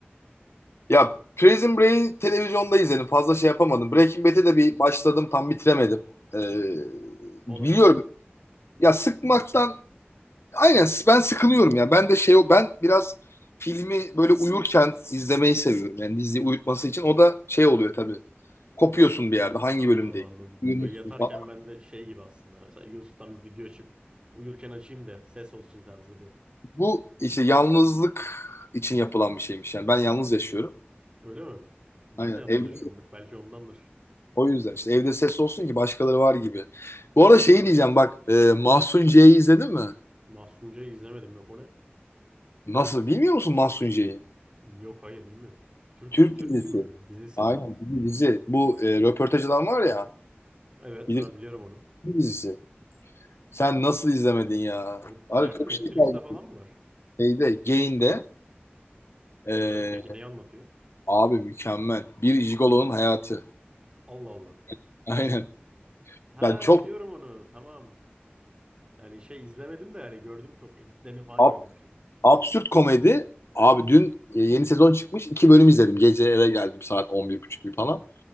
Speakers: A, on the left; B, on the right.
A: Ya Prison Break'i televizyonda izledim. Fazla şey yapamadım. Breaking Bad'e de bir başladım. Tam bitiremedim. Ee,
B: O
A: biliyorum.
B: da mı sıktı?
A: Ya sıkmaktan aynen s- ben sıkılıyorum ya. Ben de şey o ben biraz filmi böyle uyurken izlemeyi seviyorum. Yani diziyi uyutması için. O da şey oluyor tabii. Kopuyorsun bir yerde. Hangi
B: Anladım
A: bölümdeyim?
B: anladım.
A: Uyumuşsun
B: Böyle yatarken
A: falan.
B: ben de şey gibi aslında. Mesela YouTube'dan bir video açıp uyurken açayım da ses olsun tarzı bir.
A: Bu işte yalnızlık için yapılan bir şeymiş. Yani ben yalnız yaşıyorum.
B: Öyle mi? Ben
A: Aynen.
B: de yalnız
A: Evde
B: yaşıyorum bak belki ondandır.
A: O yüzden işte evde ses olsun ki başkaları var gibi. Bu arada şeyi diyeceğim bak e, Mahsun C'yi izledin mi?
B: Mahsunca'yı izlemedim yok o ne?
A: Nasıl bilmiyor musun Mahsun C'yi?
B: Yok hayır bilmiyorum. Türk
A: Türk
B: Türk
A: dizisi.
B: filmi mi? Dizisi.
A: Aynen bir dizi. Bu e, röportaj adam var ya
B: Evet
A: bilirsin
B: ha, biliyorum onu.
A: bir dizisi. Sen nasıl izlemedin ya?
B: O nerede
A: Abi çok
B: Netflix'te
A: şey kaybettin.
B: falan mı var?
A: Şeyde Gain'de
B: Güzel
A: e,
B: mi? Peki neyi anlatıyor?
A: abi mükemmel. Bir jigolonun hayatı.
B: Allah Allah.
A: <laughs> Aynen.
B: Ha
A: Yani çok
B: biliyorum onu. Tamam. Yani şey izlemedim de yani gördüm çok. Editlerini falan
A: ab-
B: görmüştüm.
A: absürt komedi. Abi dün e, yeni sezon çıkmış. İki bölüm izledim. Gece eve geldim saat 11.30 gibi falan.
B: Aha.